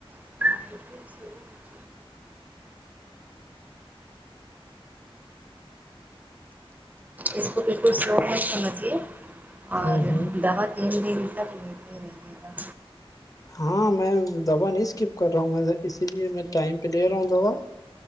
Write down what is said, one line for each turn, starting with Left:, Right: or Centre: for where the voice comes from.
Right: <inaudible> اس کو بالکل سلو میں سناجیے اور
Left: ہوں ہوں
Right: دہت دیر دری تک لیتے رہیے گا
Left: ہاں میں دوا نہیں اسکپ کر رہا ہوں میں اسی لیے میں ٹائم پہ لے رہا ہوں دوا